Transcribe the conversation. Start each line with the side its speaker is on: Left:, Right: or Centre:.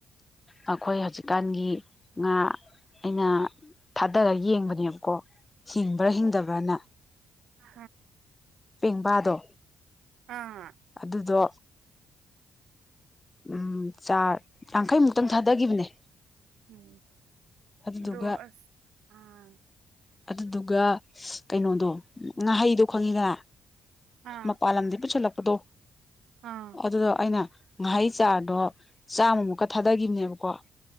Left: ꯑꯩꯈꯣꯏ ꯍꯧꯖꯤꯛꯀꯥꯟꯒꯤ ꯉꯥ ꯑꯩꯅ ꯊꯥꯗꯔꯒ ꯌꯦꯡꯕꯅꯦꯕꯀꯣ ꯍꯤꯡꯕ꯭ꯔꯥ ꯍꯤꯡꯗꯕ꯭ꯔꯥꯅ
Right: ꯑ
Left: ꯄꯦꯡꯕꯥꯗꯣ
Right: ꯑꯥ
Left: ꯑꯗꯨꯗꯣ
Right: ꯍꯥꯏ
Left: ꯎꯝ ꯆꯥ ꯌꯥꯡꯈꯩ ꯇꯪ ꯊꯥꯗꯈꯤꯕꯅꯦ
Right: ꯎꯝ
Left: ꯑꯗꯨꯗꯨꯒ
Right: ꯑꯗꯣ ꯑꯁ ꯑꯥ
Left: ꯑꯗꯨꯗꯨꯒ ꯀꯩꯅꯣꯗꯣ ꯉꯥꯍꯩꯗꯣ ꯈꯪꯉꯤꯗꯅ
Right: ꯑꯥ
Left: ꯃꯄꯥꯂꯝꯗ ꯄꯆꯂꯄꯗꯣ
Right: ꯑꯥ
Left: ꯑꯗꯨꯗꯣ ꯑꯩꯅ ꯉꯍꯩ ꯆꯥꯔꯗꯣ ꯆꯥꯝꯃꯃꯨꯛꯀ ꯊꯥꯗꯈꯤꯕꯅꯦꯕꯀꯣ ꯑꯁ